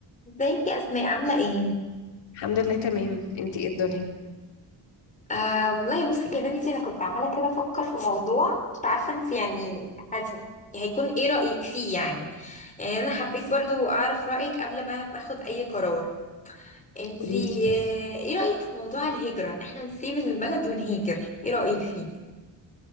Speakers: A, on the left; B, on the left.
A: ازيك يا اسماء عامله ايه
B: الحمد لله تمام انتي ايه الدنيا
A: آه والله بصي يا بنتي انا كنت عماله كده افكر في موضوع مش عارفه انت يعني هت- هيكون ايه رايك فيه يعني يعني انا حبيت برضو اعرف رايك قبل ما ما اخد اي قرار انت
B: قوليلي
A: آه ايه رايك في موضوع الهجره ان احنا نسيب البلد ونهاجر ايه رايك فيه